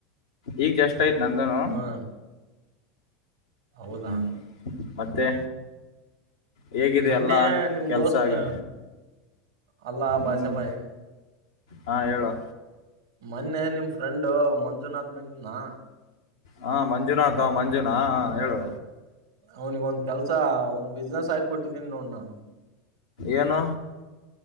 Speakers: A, on the left; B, on the right.
A: ಈಗ ಜಸ್ಟ್ ಆಯ್ತು ನಂದುನು.
B: ಹಾ ಹೌದಾ
A: ಹ್ಮ್ ಮತ್ತೆ ಹೇಗಿದೆ
B: ಮೊನ್ನೆ
A: ಎಲ್ಲಾ
B: ನಿಮ್
A: ಕೆಲ್ಸ
B: ದೋಸ್ತ್
A: ಆಗಿ
B: ಅಲ್ಲಾ
A: ಹ್ಮ್.
B: ಬಾಷಾಭಾಯಿ
A: ಹಾ ಹೇಳು.
B: ಮೊನ್ನೆ ನಿಮ್ ಫ್ರೆಂಡು ಮಂಜುನಾಥ್ ಬಂದಿದ್ನಾ.
A: ಹಾ ಮಂಜುನಾಥವ್ ಮಂಜುನಾ ಹ ಹೇಳು.
B: ಅವ್ನಿಗ್ ಒಂದ್ ಕೆಲ್ಸ ಒಂದ್ ಬಿಸ್ನೆಸ್ ಹಾಕಿ ಕೊಟ್ಟಿದ್ದೀನ್ ನೋಡ್ ನಾನು.
A: ಏನು